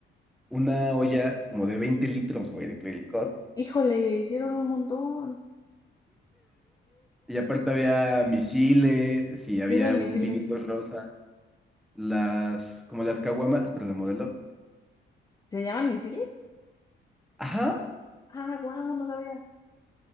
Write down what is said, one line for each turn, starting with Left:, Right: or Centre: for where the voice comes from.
Centre: Una olla como de 20 litros, güey, de clericot.
Left: Híjole, hicieron un montón.
Centre: Y aparte había misiles y había
Left: ¿Qué son misiles?
Centre: un vinito rosa. las, como las caguamas, pero de modelo.
Left: ¿Se llaman misiles?
Centre: Ajá.
Left: Ah, guau no sabía.